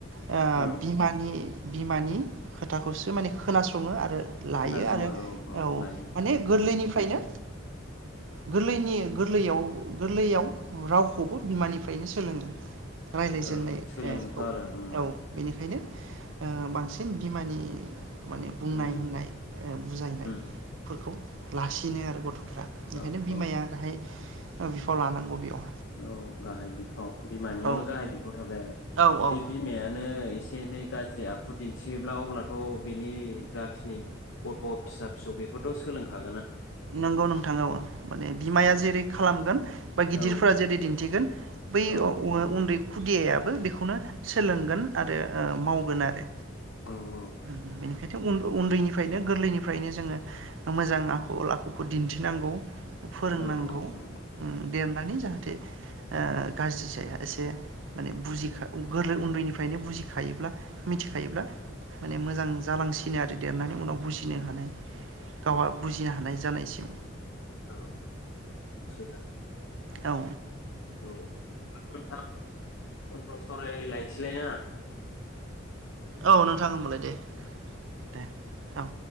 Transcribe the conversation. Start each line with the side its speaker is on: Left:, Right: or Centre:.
Right: <unintelligible>
Left: औ
Right: बिमानि बिमानि खोथाखौसो माने खोनासङो आरो लायो
Left: खोनासङो
Right: आरो
Left: औ औ
Right: माने
Left: लायो
Right: गोरलैनिफ्रायनो
Left: ओं
Right: गोरलैनि गोरलैयाव गोरलैयाव रावखौबो बिमानिफ्रायनो सोलोङो। राय्लायजेनन्नाय
Left: ओं सोलोङोथ' आरो ओम
Right: औ बेनिखायनो ओ बांसिन बिमानि माने बुंनाय
Left: ओम
Right: होननाय बुजायनाय
Left: ओम
Right: फोरखौ लासिनो आरो गथ'फ्रा ओंखायनो
Left: औ
Right: बिमाया
Left: औ
Right: गाहाय बिफाव लानांगौ बेयाव
Left: औ गाहाय बिफाव बिमानियावनो
Right: औ
Left: गाहाय बिफाव थाबाय आरो
Right: औ
Left: जुदि
Right: औ
Left: बिमायानो एसे एनै गाज्रि आखु दिन्थियोब्ला अब्लाथ' बिनि जाखिनि गथ' फिसा फिसौ बेफोरथ' सोलोंखागोन
Right: नंगौ नोंथां औ माने बिमाया
Left: औ
Right: जेरै खालामगोन बा गिदिरफोरा
Left: औ
Right: जेरै दिन्थिगोन बै
Left: औ
Right: <unintelligible> उन्दै खुदियाबो बेखौनो सोलोंगोन। आरो ओ मावगोन आरो
Left: औ औ
Right: ओम बेनिखायथ' उ उन्दैनिफ्रायनो गोरलैनिफ्रायनो जोङो मोजाङा गावखौ दिन्थिनांगौ। फोरोंनांगौ
Left: औ
Right: ओ
Left: औ
Right: देरनानै जाहाथे ओ गाज्रि जाया एसे माने बुजिखा गोरलै उन्दैनिफ्राय फ्रायनो बुजिखायोब्ला मिथिखायोब्ला माने मोजां जालांसिनो आरो देरनानै उनाव बुजिनो हानाय गावहा बुजिया हानाय जानायसिम
Left: औ सि दानो
Right: औ।
Left: औ नोंथां उनफोराव सावरायलायसैलायना?
Right: औ नोंथां ओमबालाय। दे दे औ।